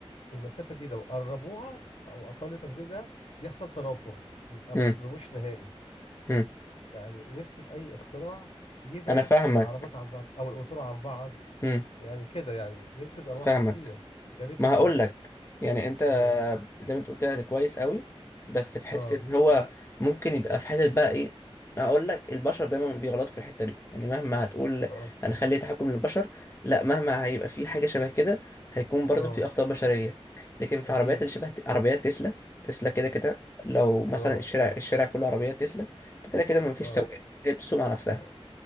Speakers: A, on the left; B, on the left.
A: المسافه دي لو قربوها او اقل تقدير لها يحصل تنافر يبقى
B: مم،
A: ما يصطدموش نهائي
B: مم.
A: يعني نفسي في اي اختراع يبعد
B: انا فاهمك
A: العربات عن بعض او القطور عن بعض
B: مم،
A: يعني كده يعني ينقذ ارواح
B: فاهمك
A: كتير يا ريت
B: ما
A: تتنفذ
B: هقول لك يعني انت
A: امم
B: زي ما تقول كده كويس قوي بس في حته
A: اه
B: ان هو ممكن يبقى في حته بقى ايه اقول لك البشر دايما بيغلطوا في الحته دي يعني مهما هتقول
A: اه
B: هنخلي تحكم للبشر لا مهما هيبقى في حاجه شبه كده هيكون برضه
A: اه
B: في اخطاء بشريه لكن في
A: اكيد
B: عربيات اللي شبه عربيات تسلا تسلا كده كده لو مثلا
A: اه
B: الشارع الشارع كله عربيات تسلا فكده كده ما فيش
A: اه
B: سواق هي بتسوق مع نفسها
A: اه